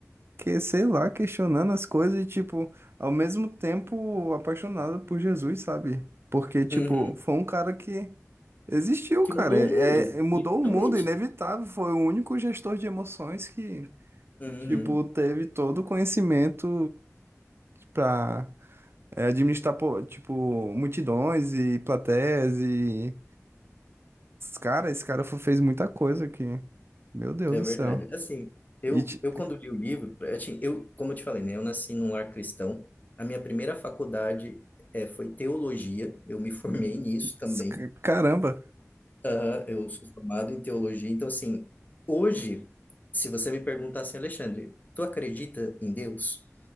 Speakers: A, on the right; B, on the left.
A: que, sei lá, questionando as coisas e, tipo, ao mesmo tempo apaixonado por Jesus, sabe? Porque, tipo,
B: Uhum.
A: foi um cara que existiu,
B: Que
A: cara,
B: mudou
A: é,
B: o mundo,
A: é- mudou
B: literalmente.
A: o mundo, inevitável, foi o único gestor de emoções que,
B: Uhum.
A: tipo, teve todo o conhecimento pra É, administrar, pô, tipo, multidões e plateias e... Cara, esse cara fo- fez muita coisa aqui. Meu Deus
B: É
A: do
B: verdade.
A: céu.
B: Assim, eu,
A: E, ti-
B: eu quando li o livro, assim, eu, como eu te falei, né? Eu nasci num lar cristão. A minha primeira faculdade é, foi teologia. Eu me <laughs> formei nisso também.
A: s- c- caramba.
B: Aham, eu sou formado em teologia. Então, assim, hoje, se você me perguntar assim, Alexandre, tu acredita em Deus?